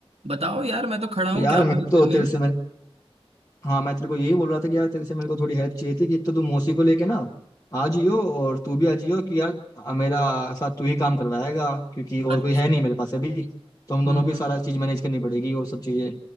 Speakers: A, on the right (about 80°); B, on the left (about 35°).
A: बताओ यार मैं तो खड़ा हूँ
B: यार
A: क्या
B: मैं
A: मदद
B: तो
A: करनी
B: तेरे
A: है
B: से हाँ मैं तेरे को यही बोल रहा था कि यार तेरे से मेरे को थोड़ी हेल्प चाहिए थी कि एक तो तू मौसी को लेके ना आ जियो और तू भी आ जियो कि यार अ, मेरा साथ तू ही काम करवाएगा क्योंकि और
A: अच्छा
B: कोई है नहीं मेरे पास अभी तो हम
A: हम्म
B: दोनों
A: हम्म,
B: को ही सारा चीज मैनेज करनी पड़ेगी और सब चीजें